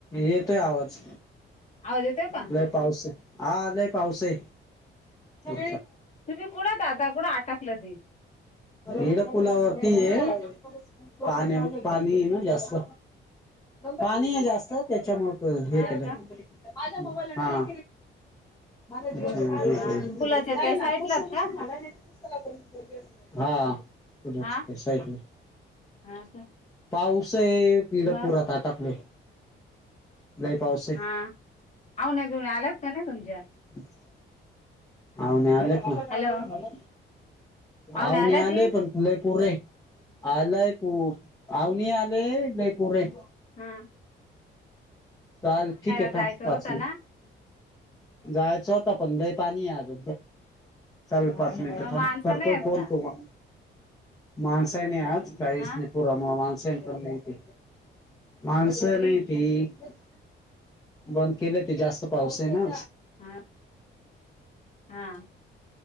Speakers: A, on the left (about 15°); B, on the left (about 40°).
A: येतोय आवाज.
B: आवाज येतोय का?
A: लय पाऊस हे हा लय पाऊस आहे. ोल
B: तुम्ही कुठं आता कुठं अटकलं ते
A: हेड पुुलावरती ये <unintelligible> पाण्या पाणी ना जास्त पाणी हे जास्त त्याच्यामुळे- हो हे
B: हा
A: केला
B: का
A: माझबा <unintelligible> मला दि
B: हा पुलाच्या
A: नाही
B: त्या
A: ना
B: साईडलात
A: तो सोल्युशन
B: का
A: झालाय नाही <unintelligible> हा पक
B: हा
A: <unintelligible> <inaudible>
B: हा का
A: पाऊस हे. पीडा
B: मग
A: पोर ताटक नाही नाही पावस <unintelligible>
B: ह, आवण्या बिवण्या आल्यात, का नाही तुमच्या?
A: ह <inaudible> आवण्या आल्यात ना.
B: हॅलो आवण्या
A: आवणी
B: आल्या
A: आले
B: ते
A: पण, लय पूरय आलय पूर आवनी आले- लईपूर <unintelligible>
B: हम्म.
A: चाल ठीक आहे
B: जायचं
A: थांब, पाच
B: होतं
A: मिनिट.
B: ना
A: जायच होतं पण, लय पाणी आहे आज. चाल पाच मिनिट
B: मग
A: थांब
B: माणसं
A: करतोय
B: नाही आहेत
A: फोन,
B: का
A: तुम्हा माणस नाही, आज. काळीस
B: हा
A: नाही पुूर माणस पण नाही ती माणस नाही
B: मुली?
A: ती <unintelligible> बंद केले ते जास्त पाऊस आहे ना.
B: हा. हा,